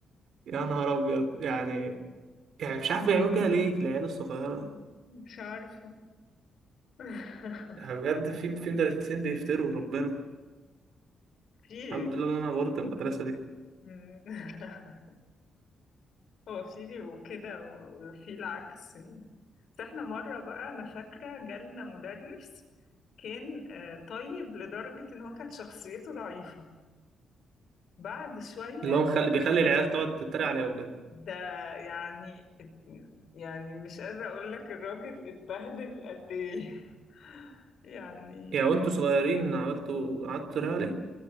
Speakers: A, on the right; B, on the left.
A: يا نهار أبيض يعني يعني مش عارف يعملوا كده ليه في العيال الصغيرة
B: مش عارفة <laughs>
A: يعني بجد في في مدرسين بيفتروا ربنا
B: في
A: الحمد لله إن أنا غورت المدرسة دي
B: مم. <laughs> هو في بيبقوا كده و- وفي العكس يعني بس احنا مرة بقى أنا فاكرة جالنا مدرس كان آه، طيب لدرجة إن هو كانت شخصيته ضعيفة بعد شوية
A: اللي هو مخلي بيخلي العيال تقعد تتريق عليه وكده
B: ده يعني يعني مش قادرة أقول لك الراجل اتبهدل قد إيه <laughs> يعني
A: يعني وأنتوا صغيرين عملتوا قعدتوا تتريقوا عليه